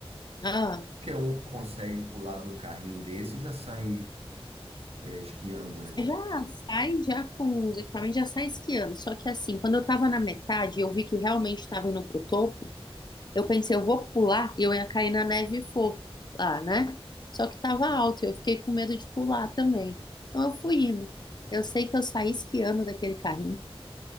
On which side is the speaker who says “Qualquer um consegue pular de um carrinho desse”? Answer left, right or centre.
Right